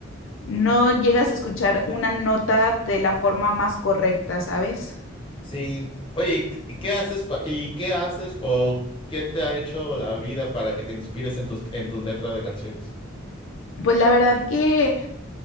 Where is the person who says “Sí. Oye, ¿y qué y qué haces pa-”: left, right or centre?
Left